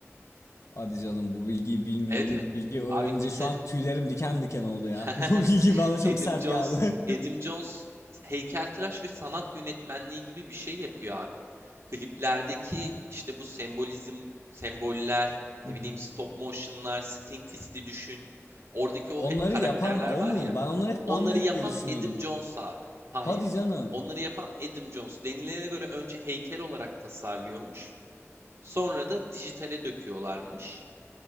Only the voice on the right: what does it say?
Evet evet.
Abi gitar
<laughs>
Edim
Jones,
Edim Jones heykeltıraş ve sanat yönetmenliği gibi bir şey yapıyor abi. Kliplerdeki işte bu sembolizm, semboller,
ne bileyim stop motion'lar, Sting Fist'i düşün. Oradaki o
hep karakterler
var
ya.
Onları
yapan
Edim Jones abi. Hayır.
Onları yapan Edim Jones. Denilene göre önce heykel olarak tasarlıyormuş. Sonra da dijitale döküyorlarmış.